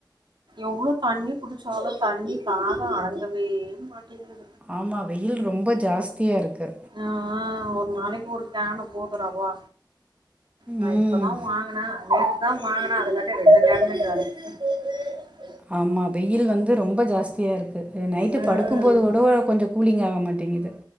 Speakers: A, on the right (about 75°); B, on the right (about 15°).
A: எவ்ளோ தண்ணி குடிச்சாலு தண்ணி தாகொ அடங்கவே மாட்டேங்கிது
B: ஆமா வெயில் ரொம்ப ஜாஸ்தியா இருக் கு
A: ஆ <unintelligible> நாளைக்கு ஒரு ஃபேன போடுற வா நா
B: ம்
A: இப்பதா வாங்குன வே ஆமா <unintelligible>
B: ஆமா வெயில் வந் து ரொம்ப ஜாஸ்தியா இருக்கு அ நைட்டு
A: ம்
B: படுக்கும் போது கூடோ கொஞ்சம் கூலிங் ஆக மாட்டிக்கிது